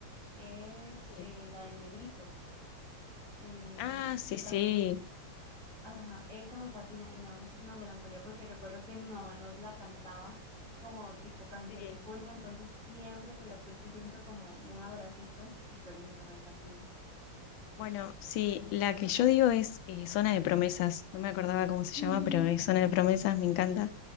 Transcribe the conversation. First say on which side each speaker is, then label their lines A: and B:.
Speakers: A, in the centre; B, on the left.
A: es
B: Sí,
A: eh, la del negrito, eh,
B: Ah, sí,
A: que
B: sí.
A: también es, ajá, esa me fascina y me da muchísima melancolía porque recuerdo que mi mamá nos la cantaba como tipo canción
B: sí.
A: de cuna, entonces siempre que la escucho siento como un abracito súper lindo, me fascina.
B: Bueno, sí, la que yo digo es eh, Zona de Promesas, no me acordaba cómo se llama,
A: Ujú,
B: pero es Zona de Promesas, me encanta.